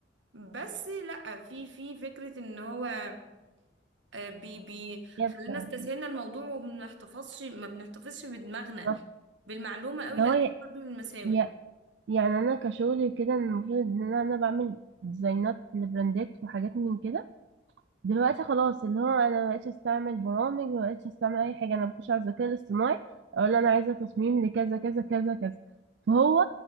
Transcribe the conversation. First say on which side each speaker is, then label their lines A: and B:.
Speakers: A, on the right; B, on the right.
A: بس لا في في فكرة ان هو آه، بي بي
B: جابة.
A: خلينا استسهلنا الموضوع وما بنحتفظش ما بنحتفظش بدماغنا
B: بالظبط
A: بالمعلومة قوي
B: اللي
A: لا
B: هو
A: دي
B: ي-
A: برضو من المساوئ
B: ي- يعني أنا كشغلي كده المفروض إن أنا أنا بعمل ديزاينات لبراندات وحاجات من كده دلوقتي خلاص اللي هو انا مبقتش استعمل برامج مبقتش استعمل اي حاجه انا بخش على الذكاء الاصطناعي اقول له انا عايزه تصميم لكذا كذا كذا كذا فهو